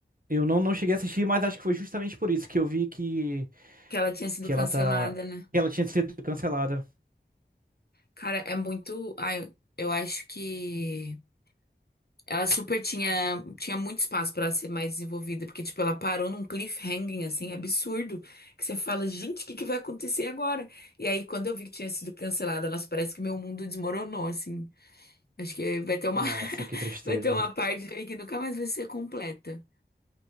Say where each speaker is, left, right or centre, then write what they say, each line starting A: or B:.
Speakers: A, on the right; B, on the left.
A: eu não, não cheguei a assistir, mas acho que foi justamente por isso que eu vi que
B: Que ela tinha sido
A: que
B: cancelada,
A: ela tá
B: né?
A: que ela tinha sido cancelada.
B: Cara, é muito. Ai, eu acho que ela super tinha, tinha muito espaço pra ela ser mais desenvolvida, porque, tipo, ela parou num cliffhanging, assim, absurdo, que você fala, gente, o que que vai acontecer agora? E aí, quando eu vi que tinha sido cancelada, elas parece que meu mundo desmoronou, assim. Acho que vai ter uma,
A: Nossa,
B: <laughs>
A: que tristeza.
B: vai ter uma parte de mim que nunca mais vai ser completa,